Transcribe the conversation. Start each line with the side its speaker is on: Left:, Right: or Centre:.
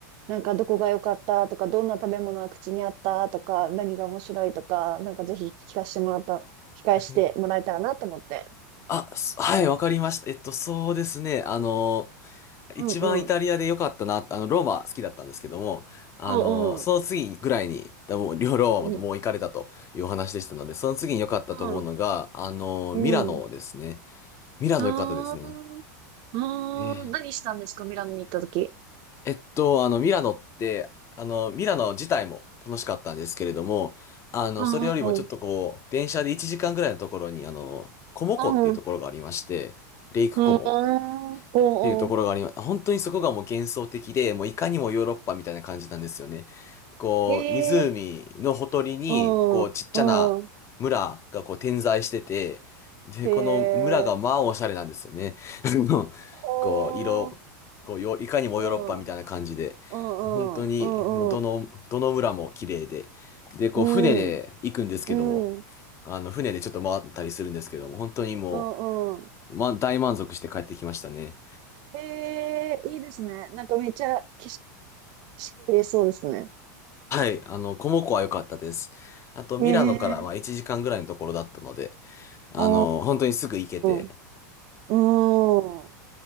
Right: なんかどこが良かったとか、どんな食べ物が口にあったとか、何が面白いとか、なんかぜひ聞かせてもらった、
Left: イタリアも
Right: 聞かせてもらえたらなと思って。
Left: あ、すはい、わかりました。えっと、そうですね。あの、
Right: うん
Left: 一番イタリアで良かったな、あの、ローマ好きだったんですけども、あの、
Right: お
Left: その次ぐらいに、
Right: う
Left: だもう、両ローマももう行かれたというお話でしたので、
Right: おう。う
Left: その次に良かったと思うのが、
Right: ん。
Left: あの、
Right: うん。
Left: ミラノですね。
Right: うん。
Left: ミラノ良かったですね。
Right: あー。あー。
Left: ええ
Right: 何したんですかミラノに行ったとき。
Left: えっと、あの、ミラノって、あの、ミラノ自体も楽しかったんですけれども、あの、
Right: うんうんうん。
Left: それよりもちょっとこう、電車で1時間ぐらいのところに、あの、コモ湖っていうところがありまして、
Right: うん。
Left: レイクコモ。
Right: うん。おう
Left: っていうところがあります。本当にそこがもう幻想的で、もういかにもヨーロッパみたいな感じなんですよね。こう、
Right: ん。へ
Left: 湖のほとりに、
Right: え。うん。
Left: こう、ちっちゃな村がこう点在してて、
Right: うん。
Left: で、
Right: へえ。
Left: この村がまあおしゃれなんですよね。<laughs> あの
Right: ほー。
Left: こう、色、こう、よいかにもヨーロッパみたいな感じで、
Right: うん。うんう
Left: 本当に、
Right: んうんうん。
Left: もうどの、どの村も綺麗で、で、こう、
Right: うん
Left: 船で行くんですけども、
Right: うん。うん。
Left: あの、船でちょっと回ったりするんですけども、本当にも
Right: うんうん。
Left: う、ま、大満足して帰ってきましたね。
Right: へえ、いいですね。なんかめっちゃ景色景色見れそうですね。
Left: はい、あの、コモコは良かったです。あと、ミラノからまあ1時間ぐらいのところだったので、
Right: へえ。
Left: あの、
Right: お
Left: 本当にすぐ行けて、
Right: ーおーおー。うん。